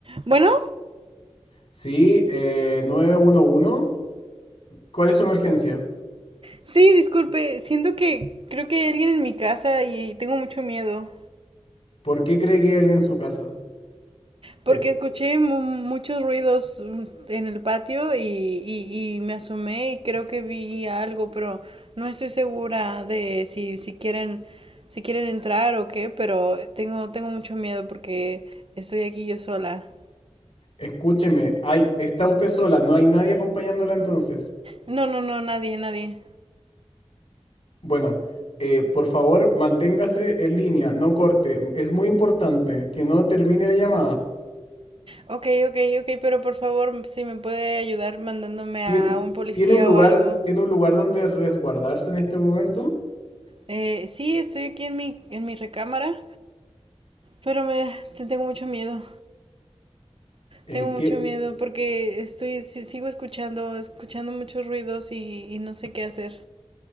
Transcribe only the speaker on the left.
Sí, eh, nueve uno. uno. ¿Cuál es su emergencia?
¿Por qué cree que hay alguien en su casa?
Eh,
escúcheme, hay, está usted sola, no hay nadie acompañándola entonces.
Bueno, eh, por favor, manténgase en línea, no corte. Es muy importante que no termine la llamada.
Tien-
¿tiene un lugar,
tiene un lugar donde resguardarse en este momento?
Eh,
¿qué-